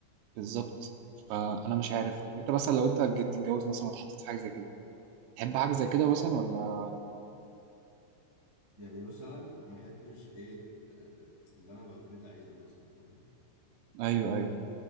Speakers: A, on the right (about 80°); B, on the left (about 20°).
A: بالظبط فانا مش عارف انت مثلا لو انت جيت تتجوز مثلا واتحطيت في حاجه زي كده تحب حاجه زي كده مثلا ولا
B: يعني مثلا ما احبش ايه آه، اللي انا ابقى في بيت عيلة مثلا فاهم
A: ايوه ايوه